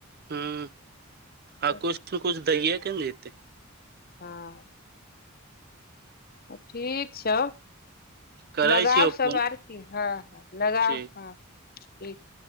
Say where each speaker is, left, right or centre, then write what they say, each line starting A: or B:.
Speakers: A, on the right; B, on the left.
A: हूँ आ
B: है
A: कुछ नऽ कुछ दये कऽ न जेते
B: हँ अ ठीक छौ
A: करै
B: लगाउ
A: छियौ
B: सब
A: फोन
B: आर की हँ हँ लगाउ
A: ठीक
B: हँ ठीक